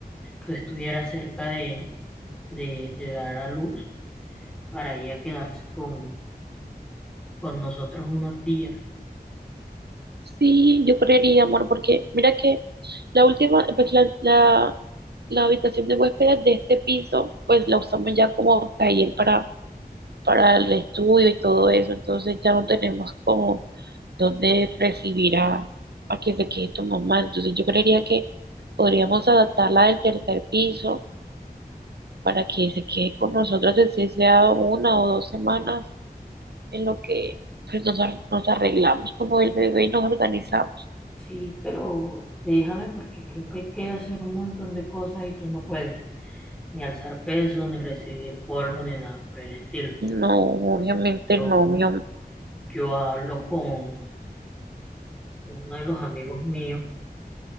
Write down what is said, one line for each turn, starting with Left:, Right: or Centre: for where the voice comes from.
Centre: tú estuvieras cerca de, de, de dar a luz, para ir a quedarse con, con nosotros unos días.
Right: Sí, yo creería, amor, porque mira que la última, pues la, la, la habitación de huéspedes de este piso, pues la usamos ya como taller para, para el estudio y todo eso, entonces ya no tenemos como dónde recibir a, a que se quede tu mamá, entonces yo creería que podríamos adaptarla del tercer piso para que se quede con nosotras, así sea una o dos semanas en lo que pues nos, ar- nos arreglamos como el bebé y nos organizamos.
Centre: Sí, pero déjame porque creo que hay que hacer un montón de cosas y tú no puedes ni alzar peso, ni recibir polvo, ni nada por el estilo.
Right: No, obviamente
Centre: Yo,
Right: no, mi am-
Centre: yo hablo con uno de los amigos míos